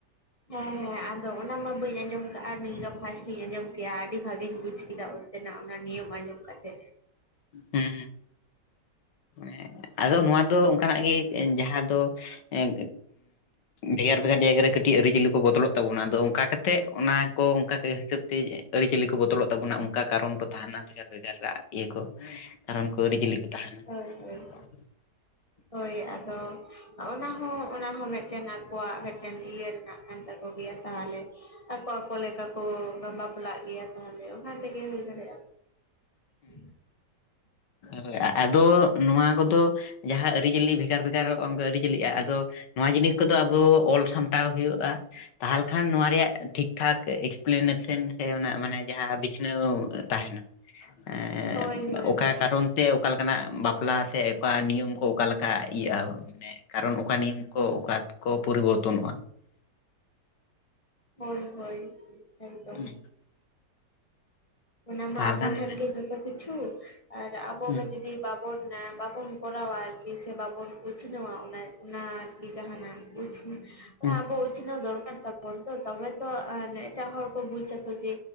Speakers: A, on the left; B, on the left.
A: ᱦᱮᱸ ᱦᱮᱸ ᱟᱫᱚ ᱚᱱᱟ ᱢᱟ ᱵᱟᱹᱧ ᱟᱸᱡᱚᱢ ᱠᱟᱜᱼᱟ ᱱᱤᱭᱟᱹ ᱫᱚ ᱯᱷᱟᱥᱴ ᱤᱧ ᱟᱸᱡᱚᱢ ᱠᱮᱼᱟ ᱟᱹᱰᱤ ᱵᱷᱟᱜᱤᱧ ᱵᱩᱡ ᱠᱮᱫᱟ᱾ ᱛᱮᱱᱟᱜ ᱚᱱᱟ ᱱᱤᱭᱚᱢ ᱟᱸᱡᱚᱢ ᱠᱟᱛᱮ᱾
B: ᱦᱩᱸ, ᱮᱸ ᱟᱫᱚ ᱱᱚᱣᱟ ᱫᱚ ᱚᱱᱠᱟᱱᱟᱜ ᱜᱮ ᱡᱟᱦᱟᱸ ᱫᱚ ᱮᱸ ᱵᱷᱮᱜᱟᱨ ᱵᱷᱮᱜᱟᱨ ᱡᱟᱭᱜᱟ ᱨᱮ ᱠᱟᱹᱴᱤᱡ ᱟᱹᱨᱤᱪᱟᱹᱞᱤ ᱠᱚ ᱵᱚᱫᱚᱞᱚᱜ ᱛᱟᱵᱚᱱᱟ ᱟᱫᱚ ᱚᱝᱠᱟ ᱠᱟᱛᱮ ᱚᱱᱟ ᱠᱚ ᱚᱝᱠᱟ ᱦᱤᱥᱟᱹᱵ ᱛᱮ ᱟᱹᱨᱤᱪᱟᱹᱞᱤ ᱠᱚ ᱵᱚᱫᱚᱞᱚᱜ ᱛᱟᱵᱱᱟ ᱚᱱᱠᱟ ᱠᱟᱨᱚᱱ ᱠᱚ ᱛᱟᱦᱮᱱᱟ ᱵᱷᱮᱜᱟᱨ ᱵᱷᱮᱜᱟᱨ ᱨᱟᱜ ᱤᱭᱟᱹ ᱠᱚ ᱠᱟᱨᱚᱱ ᱠᱚ, ᱟᱹᱨᱤᱪᱟᱹᱞᱤ ᱠᱚ᱾ ᱛᱟᱦᱮᱱᱟ
A: ᱦᱳᱭ ᱦᱳᱭ᱾
B: <unintelligible>
A: ᱦᱳᱭ ᱟᱫᱚ ᱚᱱᱟ ᱦᱚᱸ ᱚᱱᱟ ᱦᱚᱸ ᱢᱮᱜᱴᱮᱱ ᱟᱠᱚᱣᱟᱜ ᱢᱮᱜᱴᱮᱱ ᱤᱭᱟᱹ ᱨᱮᱱᱟᱜ ᱠᱟᱱ ᱛᱟᱠᱚ ᱜᱮᱭᱟ ᱛᱟᱦᱚᱞᱮ, ᱟᱠᱚ ᱟᱠᱚ ᱞᱮᱠᱟ ᱠᱚ ᱵᱟᱯᱞᱟᱜ ᱜᱮᱭᱟ, ᱛᱟᱦᱟᱞᱮ ᱚᱱᱟ ᱛᱮᱜᱮ ᱦᱳᱭ ᱫᱟᱲᱮᱭᱟᱜᱼᱟ᱾ <unintelligible>
B: ᱦᱚᱭ ᱟᱫᱚ ᱱᱚᱣᱟ ᱠᱚᱫᱚ ᱡᱟᱦᱟᱸ ᱟᱹᱨᱤᱪᱟᱹᱞᱤ ᱵᱷᱮᱜᱟᱨ ᱵᱷᱮᱜᱟᱨ ᱟᱹᱨᱤᱪᱟᱹᱞᱤᱜᱼᱟ ᱫᱚ ᱱᱚᱣᱟ ᱡᱤᱱᱤᱥ ᱠᱚᱫᱚ ᱟᱵᱚ ᱚᱞ ᱥᱟᱢᱴᱟᱣ ᱦᱩᱭᱩᱜᱼᱟ, ᱛᱟᱦᱟᱞᱮ ᱠᱷᱟᱱ ᱱᱚᱣᱟ ᱨᱮᱭᱟᱜ ᱴᱷᱤᱠ ᱴᱷᱟᱠ ᱮᱠᱥᱯᱤᱞᱤᱱᱮᱥᱮᱱ ᱥᱮ ᱚᱱᱟ ᱢᱟᱱᱮ ᱡᱟᱦᱟᱸ ᱵᱤᱪᱷᱱᱟᱹᱣ ᱛᱟᱦᱮᱱᱟ᱾ ᱮᱸᱻᱻ
A: ᱦᱳᱭ ᱦᱳᱭ
B: ᱚᱠᱟ
A: ᱦᱳᱭ
B: ᱠᱟᱨᱚᱱ ᱪᱮ ᱚᱠᱟ ᱞᱮᱠᱟᱱᱟᱜ ᱵᱟᱯᱞᱟ ᱥᱮ ᱚᱠᱟ ᱱᱤᱭᱚᱢ ᱠᱚ ᱚᱠᱟ ᱞᱮᱠᱟ ᱤᱭᱟᱹᱜᱼᱟ, ᱠᱟᱨᱚᱱ ᱚᱠᱟ ᱱᱤᱭᱚᱢ ᱠᱚ ᱚᱠᱟ ᱠᱚ ᱯᱚᱨᱤᱵᱚᱨᱛᱚᱱᱚᱜᱼᱟ᱾
A: ᱦᱳᱭ ᱦᱳᱭ ᱮᱠᱫᱚᱢ᱾
B: ᱦᱩᱸ,
A: ᱚᱱᱟ ᱢᱟ
B: ᱛᱟᱦᱚᱞᱮ
A: ᱟᱵᱚ
B: ᱠᱷᱟᱱ
A: ᱴᱷᱮᱱ ᱜᱮ ᱡᱷᱚᱛᱚ ᱠᱤᱪᱷᱩ ᱟᱨ ᱟᱵᱚ
B: ᱦᱩᱸ
A: ᱜᱮ ᱡᱩᱫ ᱥᱮ ᱵᱟᱵᱚᱱ ᱵᱟᱵᱚᱱ ᱠᱚᱨᱟᱣᱟ ᱟᱨᱠᱤ ᱥᱮ ᱵᱟᱵᱚᱱ ᱩᱪᱷᱱᱟᱹᱣᱟ ᱚᱱᱟ ᱚᱱᱟ ᱟᱨᱠᱤ ᱡᱟᱦᱟᱱᱟᱜ ᱩᱪᱷ ᱚᱱᱟ
B: ᱦᱩᱸ
A: ᱟᱵᱚ ᱩᱪᱷᱱᱟ ᱫᱚᱨᱠᱟᱨ ᱛᱟᱵ ᱚᱱ ᱛᱚ ᱛᱚᱵᱮ ᱛᱚ ᱮᱴᱟᱜ ᱦᱚᱲ ᱠᱚ ᱵᱩᱡ ᱟᱠᱚ ᱡᱮ